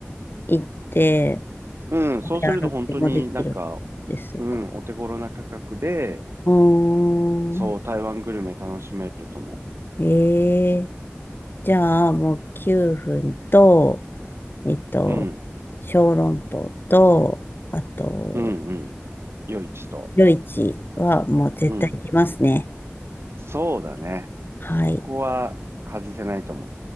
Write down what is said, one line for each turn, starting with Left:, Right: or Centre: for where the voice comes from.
Left: 行って、
Right: うん、そうすると本当になんか、
Left: 食べ歩きもできるんですか。
Right: うん、お手頃な価格で、
Left: うーん。
Right: そう、台湾グルメ楽しめると思
Left: ええじゃあ、もう9分と、えっと、
Right: う。うん、
Left: 小籠包と、あと、
Right: うん、うん、夜市と。
Left: 夜市はもう絶対行きますね。
Right: うん、そうだね。
Left: はい。
Right: そこは外せないと思う。